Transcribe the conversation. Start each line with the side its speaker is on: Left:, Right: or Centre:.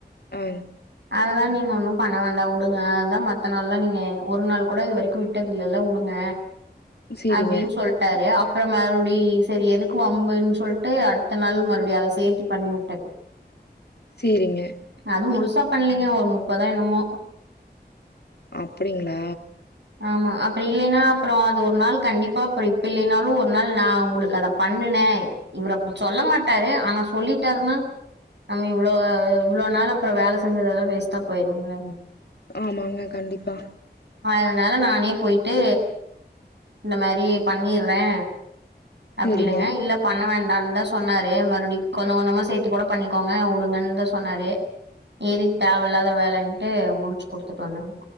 Left: ஆ
Right: அதெல்லா நீங்க ஒன்னும் பண்ண வேண்டா உடுங்க அதா மத்த நாள்ல்லா நீங்க ஒருநாள் கூட இதுவரைக்கும் விட் ட்டதுல்லல உடுங்க
Left: சேரிங்க
Right: அப்டின்னு சொல்ட்டாரு அப் பறோ மறுபடி சரி எதுக்கு வம்புன்னு சொல்லிட்டு அடுத்தநாள் மறுபடியு அத சேத்து பண்ணிவுட்டே <inaudible>
Left: சேரிங்க
Right: அதும் முழுசா பண்லீங்க ஒரு முப்பதோ என்னமோ
Left: அப்டிங்களா
Right: ஆமா அப்றோ இல்லைன்னா அப்பறோ அது ஒருநாள் கண்டிப்பா போய் இப்ப இல்லைனாலும் ஒரு ஒருநாள் நா உங்களுக்கு அத பண்ணுனே இவரு அப்டி சொல்ல மாட்டாரு ஆனா சொல்லிட்டாருன்னா நம்ம இவ்ளோ இவ்ளோ நாள் அப்றோ வேல செஞ்சதெல்லா வேஸ்ட்டா போயிரும்ல
Left: ஆமாங்க கண்டிப்பா
Right: அதனால நானே போயிட்டு இந்த மாரி பண்ணிற்றே அப்டி
Left: சேரிங்க
Right: இல்லங்க இல்ல பண்ண வேண்டான்னுதா சொன்னாரு மறுபடியு கொஞ்ச கொஞ்சமா சேத்தி கூட பண்ணிக்கோங்க உடுங்கன்னு தா சொன்னாரு எதுக்கு தேவ இல்லாத வேலன்ட்டு முடுச்சு குடுத்துட்டு வந்தேங்க